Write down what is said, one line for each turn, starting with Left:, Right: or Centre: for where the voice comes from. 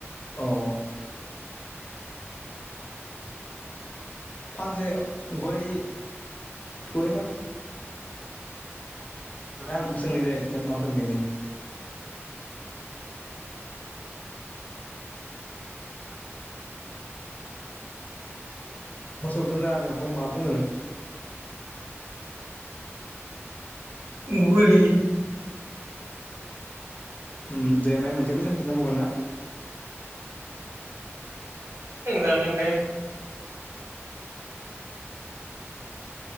Left: अह फांसे गय गय फां <unintelligible> मोसौ दोनग्रा न'खौ मा बुङो?
Right: गलि
Left: ओम दे ओमफ्राय मोनसे कइसन सोंजाबावगोन ना?
Right: सोंजागोन दे।